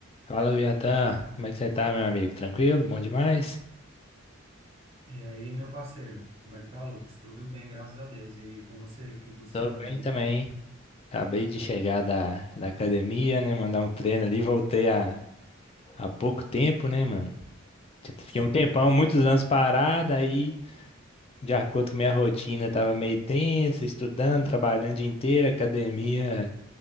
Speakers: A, on the left (about 30°); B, on the right (about 30°).
A: Fala, Viatan. Como é que você tá, meu amigo? Tranquilo? Bom demais?
B: E aí, meu parceiro, como é que tá, Lucas? Tudo bem, graças a Deus. E com você, o que que você
A: Tô
B: manda
A: bem
B: aí?
A: também. Acabei de chegar da, da academia, né? Mandar um treino ali. Voltei há, há pouco tempo, né, mano? Já Fiquei
B: Sim.
A: um tempão, muitos anos parado, aí, de acordo com minha rotina, tava meio tensa, estudando, trabalhando o dia inteiro, a academia